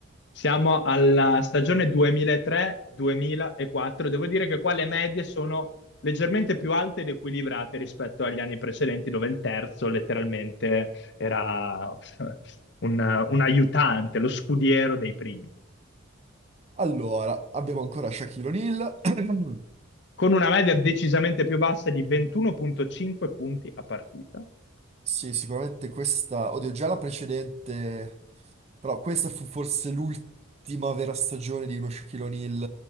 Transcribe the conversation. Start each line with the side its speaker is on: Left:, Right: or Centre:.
Left: siamo alla stagione 2003-2004. Devo dire che qua le medie sono leggermente più alte ed equilibrate rispetto agli anni precedenti, dove il terzo letteralmente era <laughs> un, un aiutante, lo scudiero dei primi,
Right: Allora, abbiamo ancora Shaquille O'Neal. <clears throat>
Left: con una media decisamente più bassa di 21,5 punti a partita.
Right: Sì, sicuramente questa... Oddio, già la precedente... Però questa fu forse l'ultima vera stagione di uno Shaquille O'Neal